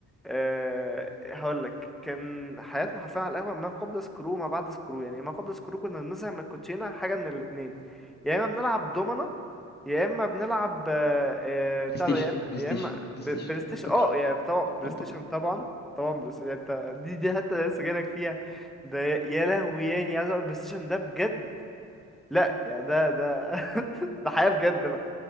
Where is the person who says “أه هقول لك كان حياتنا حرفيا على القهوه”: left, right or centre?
Centre